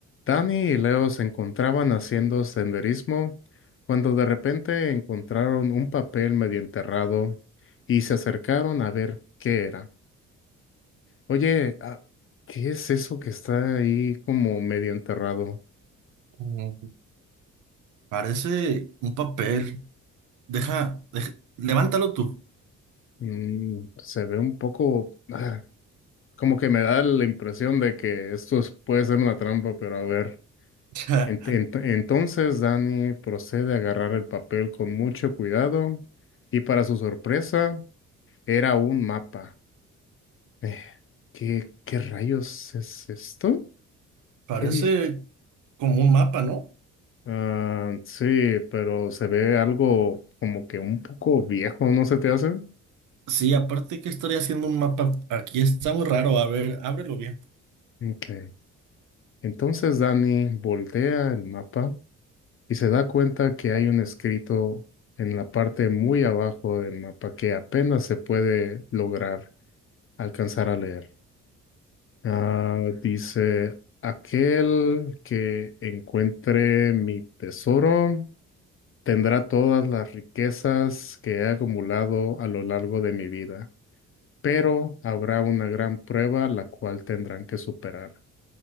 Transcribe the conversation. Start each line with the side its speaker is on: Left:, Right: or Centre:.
Left: Danny y Leo se encontraban haciendo senderismo cuando de repente encontraron un papel medio enterrado y se acercaron a ver qué era. Oye, ah, ¿qué es eso que está ahí como medio enterrado?
Right: Mm, Parece un papel. Deja, dej- levántalo tú. <laughs>
Left: Mm, se ve un poco, ah, como que me da la impresión de que esto es- puede ser una trampa, pero a ver.
Right: O sea,
Left: Ent- ent- entonces Danny procede a agarrar el papel con mucho cuidado y para su sorpresa era un mapa. Eh, ¿qué, qué rayos es esto?
Right: parece
Left: ¿Qué dice?
Right: como un mapa, ¿no?
Left: Ah, sí, pero se ve algo como que un poco viejo, ¿no se te hace?
Right: Sí, aparte que estaría haciendo un mapa. Aquí está muy raro. A ver, ábrelo bien.
Left: Okay. Entonces Dani voltea el mapa y se da cuenta que hay un escrito en la parte muy abajo del mapa que apenas se puede lograr alcanzar a leer. Ah, dice, aquel que encuentre mi tesoro Tendrá todas las riquezas que he acumulado a lo largo de mi vida, pero habrá una gran prueba la cual tendrán que superar.